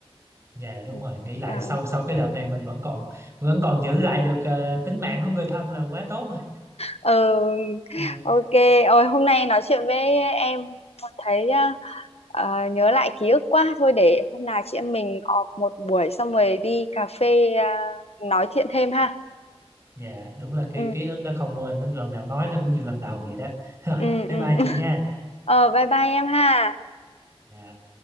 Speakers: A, on the right (about 25°); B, on the left (about 75°).
A: dạ đúng
B: ừ.
A: rồi nghĩ lại
B: Ờ,
A: sau sau cái đợt này mình vẫn còn vẫn còn giữ lại được ờ, tính mạng của người thân là quá tốt rồi
B: ờ,
A: Ờ,
B: ok ôi hôm nay nói chuyện với em thấy ờ, ờ, nhớ lại ký ức quá thôi để hôm nào chị em mình họp một buổi xong rồi đi cà phê ờ, nói chuyện thêm ha
A: Dạ đúng là cái
B: ừ
A: ký ức đó không quên đến lần nào nói nó cũng như lần đầu vậy đó. <laughs> Rồi,
B: ừ
A: bye
B: ừ
A: bye
B: <laughs>
A: chị nha.
B: Ờ, bye bye em ha
A: Dạ.